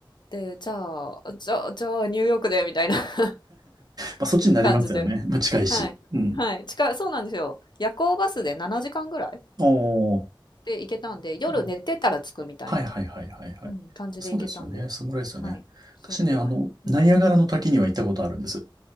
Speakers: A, on the left; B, on the right.
A: で、じゃあ、じゃあ、じゃあ、ニューヨークで、みたいな <laughs>
B: あ、そっちになりますよね。
A: 感じで。
B: まあ、近いし。
A: はい。
B: うん。
A: はい。近い、そうなんですよ。夜行バスで7時間ぐらい
B: おー。
A: で行けたんで、夜寝てたら着くみたいな、
B: うんはいはいはいはいはい。
A: うん、感じで行けたんで。
B: そうですよね。そのぐらいですよね。
A: はい。それぐらい。
B: 私ね、あの、ナイアガラの滝には行ったことあるんです。
A: うん、